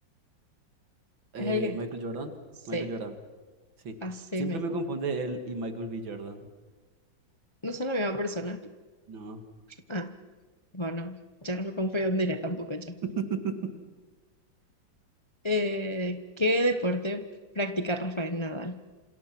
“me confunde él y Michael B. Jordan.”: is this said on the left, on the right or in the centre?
Right